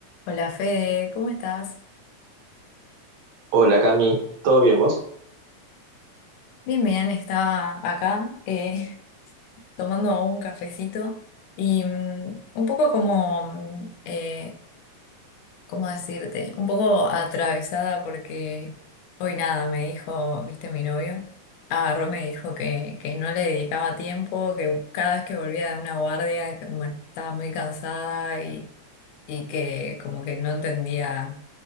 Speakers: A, on the left (about 80°); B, on the right (about 70°).
A: Hola Fede, ¿cómo estás?
B: Hola Cami, ¿todo bien vos?
A: Bien, bien, estaba acá eh, <laughs> tomando un cafecito y mm, un poco como, mm, eh, ¿cómo decirte? Un poco atravesada porque hoy nada, me dijo, viste, mi novio, agarró y me dijo que, que no le dedicaba tiempo, que cada vez que volvía de una guardia, que, bueno, estaba muy cansada y, y que como que no entendía.